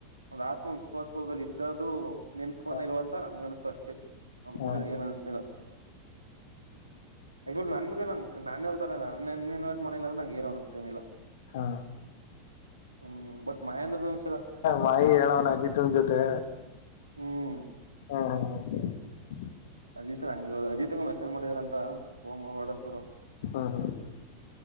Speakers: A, on the right; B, on the left.
A: ಒಂದು ಆತ್ಮ ವಿಶ್ ಕದು ನೆನಪು
B: ಹ
A: ಇಲ್ವಾ ಅಂತ ನನಗು ಅನುಸ್ತು ಅಷ್ಟೇ. ತೆ ಒಬ್ಬೂರು
B: ಹ
A: ಎನು ಅನುಷ್ಠಾ ಇಲ್ಲಾ ನಿಜವಾಗಲೂ ನಾನ್ ನಾನ್ ನಾನೆ ಇತರ ಎಲ್ಲಾ ನೀನ್ ನೀನ್ ವೋಟ್ ಮಾಡಿಲ್ಲ ಅಂದ್ರ ನಂಗೇನು ಅನಸ್ತಾನೆ ಇಲ್ಲಾ
B: ಆ
A: ಹ್ಮ್ ಬಟ್ ಮಹೇಂದ್ರನ ವಿಷಯ
B: ವಾಯ್ ಎಲೋವಾನು ಅಜ್ಜಿ ಟೂನೆ ಜೊತೆ
A: ಹ್ಮ್
B: ಆ ಹ್ ಹ್ ಹ್
A: ಅಜಿತ್ ಅಂಗಲ್ಲಾ ಅಜಿತ್ ಗೆ ಮೆಸೇಜ್ ಮಾಡಿದಾರಂತ ವಾರ್ಡನ್ ಸರ್
B: ಆಹಾ ಆ ಆ